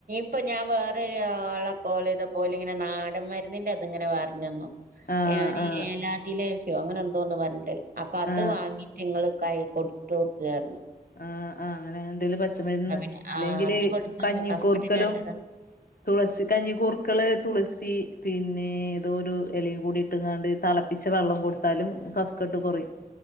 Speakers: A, on the right (about 70°); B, on the left (about 70°).
A: ഇപ്പൊ ഞാൻ വേറൊരു ആളേക്കോളെയ്തപോ ഓല്ഇങ്ങെനെ നാടൻ മരുന്നിന്റെ അതിങ്ങനെ പറഞ്ഞന്നു.
B: ആ
A: ഏ ഒരു
B: ആ
A: ഏലാതിലേഹ്യോ അങ്ങനെ എന്തോന്ന് പറഞ്ഞിട്ട്. അപ്പൊ അത്
B: ആ
A: വാങ്ങിട്ട് ഇങ്ങള് കൈ കൊടുത്തു നോക്കാര്ന്നു
B: ആ ആ് അങ്ങനെ എന്തേലും പച്ചമരുന്ന്
A: എന്നാ പിന്നെ
B: അല്ലെങ്കില്
A: ആഹ് അത് കൊടുത്താല്
B: കഞ്ഞിക്കൂർക്കലും.
A: കഫക്കെട്ടിന് നല്ലതാ.
B: തുളസി കഞ്ഞിക്കൂർക്കള് തുളസി പിന്നെ ഏതോ ഒരു ഇലയും കൂടി ഇട്ട്ങ്ങാണ്ട് തളപ്പി. പ്പിച്ച വെള്ളം കൊടുത്താലും കഫ്കെട്ട് കുറയും.